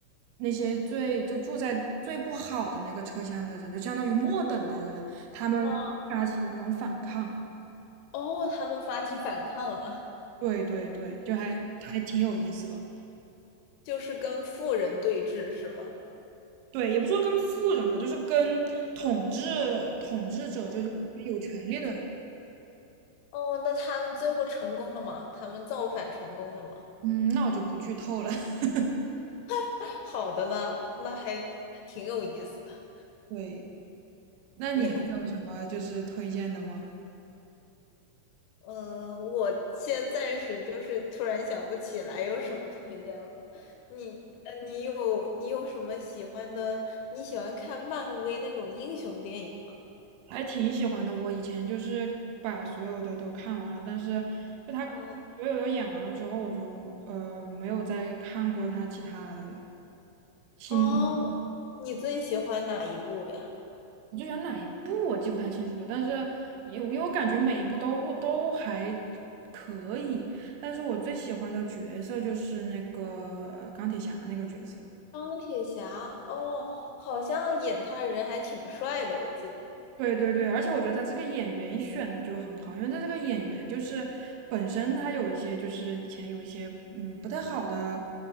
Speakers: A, on the right (about 85°); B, on the left (about 80°).
A: 那些最就住在最不好的那个车厢的人，就相当于末等的人，他们发起的那种反抗。
B: 啊，哦，他们发起反抗了，
A: 对对对，就还还挺有意思的。
B: 就是跟富人对峙是吗？
A: 对，也不说跟富人吧，就是跟统治统治者，就就有权利的人。
B: 哦，那他们最后成功了吗？他们造反成功了吗？
A: 嗯，那我就不剧透了。<laughs>
B: <laughs> 好的呢，那还挺有意思的。
A: 对，那你还有什么就是推荐的吗？
B: 没，嗯、我现在暂时就是突然想不起来有什么推荐了。你，呃，你有你有什么喜欢的？你喜欢看漫威那种英雄电影吗？
A: 还挺喜欢的。我以前就是把所有的都看完了，但是就他
B: 嗯，
A: 所有都演完了之后，我就呃没有再看过他其他的了。新的
B: 哦，你最喜欢哪一部呀？
A: 我就选哪一部我记不太清楚了，但是因为因为我感觉每一部都都还可以，但是我最喜欢的角色就是那个呃钢铁侠那个角色。
B: 钢铁侠，哦，好像演他的人还挺帅的，我记得。
A: 对对对，而且我觉得他这个演员选的就很好，因为他这个演员就是本身他有一些就是以前有一些嗯不太好的